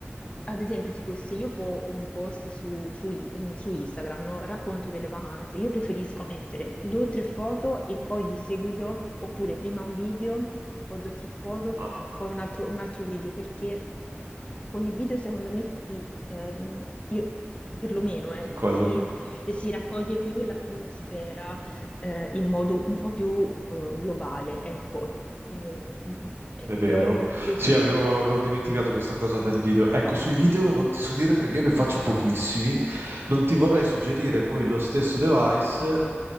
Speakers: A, on the left (about 25°); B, on the right (about 65°).
A: ad esempio, tipo, se io fo un post su, su i- mm, su Instagram, no? Racconto delle vacanze, io preferisco mettere due o tre foto e poi di seguito, oppure prima un video, poi due o tre foto,
B: Ah,
A: poi un altro, un altro video, perché con il video, secondo me, si, ehm, io perlomeno, eh,
B: Cogliermi.
A: si, si raccoglie più l'atmosfera eh, in modo un po' più eh, globale, ecco. Eh, mh, ecco,
B: È vero.
A: però, eh,
B: Sì, avevo, avevo dimenticato questa cosa del video. Ecco, sui video non ti so dire perché io ne faccio pochissimi. Non
A: ok,
B: ti vorrei suggerire poi lo stesso device